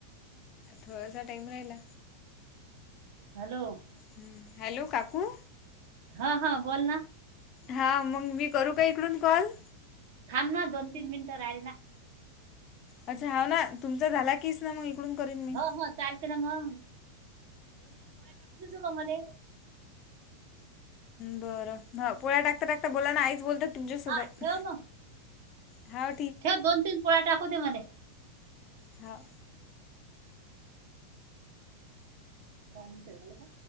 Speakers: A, on the left (about 35°); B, on the right (about 50°).
A: थोडासा टाईम राहिला.
B: हॅलो
A: हम्म हॅलो काकू.
B: हा हा बोल ना.
A: हा मग मी करू का इकडून कॉल?
B: थांब ना दोन तीन मिनिटं राहिला ना.
A: अच्छा हा ना तुमचा झाला. नक्कीच ना मग इकडून करीन मी.
B: हो हो चालते ना मग तो म्हणे
A: बरं पोळ्या टाकता टाकता बोला ना आईच बोलतात तुमच्यासोबत.
B: हा ठेव मग
A: हा.
B: ठेव दोन तीन पोळ्या टाकू दे मले.
A: हा.
B: आणून ठेवले का?